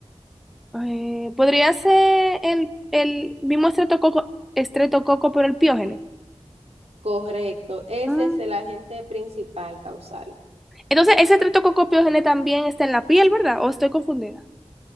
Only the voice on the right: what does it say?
Correcto, ese
es el agente principal causal.